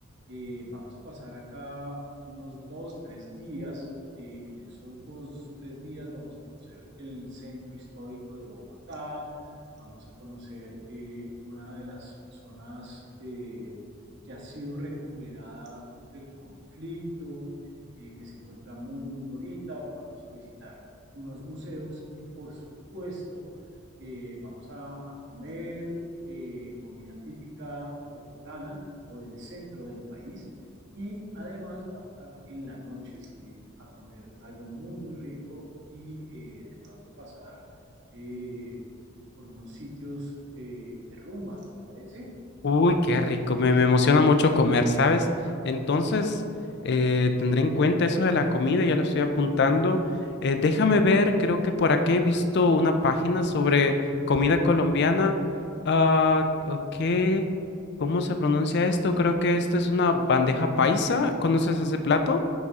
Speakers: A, on the right; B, on the left.
A: Eh, vamos a pasar acá unos dos, tres días. Eh, en esos dos, tres días vamos a conocer el centro histórico de Bogotá, vamos a conocer eh, una de las zonas eh, que ha sido recuperada del conflicto, eh, que se encuentra muy, muy bonita. Vamos a visitar unos museos y por supuesto eh, vamos a, a comer eh, comida típica bogotana o del centro del país y además vamos a en la noche salir a comer algo muy muy rico y eh, de pronto pasar eh, por unos sitios de, de rumba, ¿te parece?
B: Uy, qué rico, me, me emociona mucho comer, ¿sabes? Entonces, eh, tendré en cuenta eso de la comida, ya lo estoy apuntando. Eh, déjame ver, creo que por aquí he visto una página sobre comida colombiana. Ah, ok, ¿cómo se pronuncia esto? Creo que esto es una bandeja paisa. ¿Conoces ese plato?